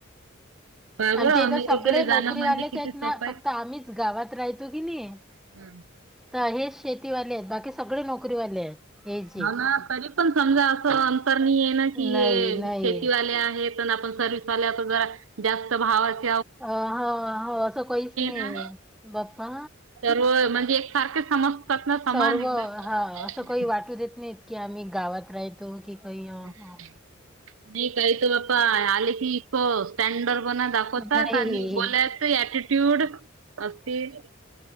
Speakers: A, on the right; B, in the centre.
A: काय बरं
B: आमच्या इथं
A: अमेरिकेला
B: सगळे
A: जाणं
B: नोकरीवालेच
A: म्हणजे किती
B: आहेत
A: सोपं
B: ना फक्त
A: आहे.
B: आम्हीचं गावात राहतो कि नाही.
A: हम्म.
B: तर हेच शेतीवाले आहेत बाकी सगळे नोकरीवाले आहेत. यायचे
A: ह ना तरी पण समजा असं अंतर नाही आहे ना की
B: नाही
A: हे
B: नाही
A: शेतीवाले आहेत अन् आपण सर्वीसवाले आता जास्त भावच
B: अ हा हो असं काहीच नाही
A: ना.
B: बाप्पा.
A: सर्व म्हणजे एक सारखे समजतात ना समान
B: सर्व
A: एकदम.
B: हा असं काही वाटू देत नाहीत. की आम्ही गावात राह तो की काही. अ
A: नाही
B: ह.
A: काही त बापा आले की इकं स्टँडर्ड बन दा खवतात
B: नाही
A: आणि बोलाच अटिट्यूड असतील.